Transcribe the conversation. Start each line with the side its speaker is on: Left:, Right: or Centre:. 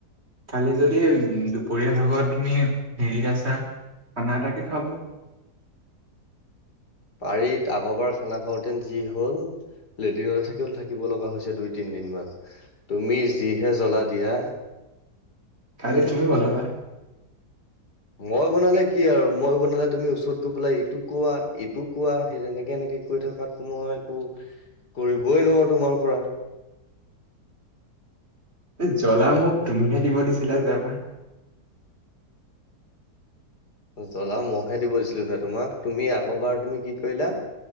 Right: কালি যদি দুপৰীয়া ভাগত তুমি হেৰি আছা, খানা এটাকে খাও বলা।
Left: পাৰি আগৰবাৰ খানা খাওঁতেন যি হল, লেট্ৰিনতে থাকিল থাকিব লগা হৈছে দুই তিনদিন মান, তুমি যিহে জ্বলা দিয়া। <inaudible>
Right: খালি তুমি বনাবা।
Left: মই বনালে কি আৰু মই বনালে তুমি ওচৰত গৈ পেলাই ইটো কোৱা ইটো কোৱা সেই তেনেকে এনেকে, কৈ থকাত মই একো কৰিবই নোৱাৰো তোমাৰ পৰা।
Right: এ জ্বলা মোক তুমিহে দিব দিছিলা যোৱাবাৰ।
Left: জ্বলা মইহে দিব দিছিলো নে তোমাক, তুমি আগৰ বাৰ তুমি কি কৰিলা,